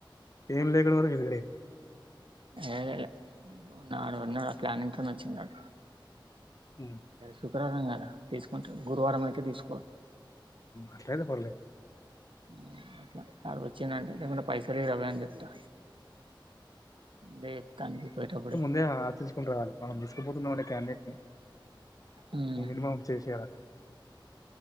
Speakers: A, on the left (about 40°); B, on the right (about 80°).
A: ఏం లేకుండ పోతే బిస్కట్ అయిద్దీ
B: ఏద ఉన్నాడు విన్నాడు <unintelligible> ఆ ప్లానింగ్ తో వచ్చిందడు
A: మ్మ్.
B: శుక్రవారం కదా తీసుకుంటరు గురువారం అయితే తీసుకోరు
A: అట్లయినా పర్లేదు
B: <unintelligible> అట్లా వాడ వచ్చిందంటే లేకుంట పైసలు రవ అని చెప్తా లేే తవి పోయటప్పుడే <unintelligible>
A: దే <unintelligible> ఆచించుకుని రావాలి మనం రసుపోతున్నాంమండే క్యాండెట్ ని
B: ఉమ్
A: మినిమం చేసేయాల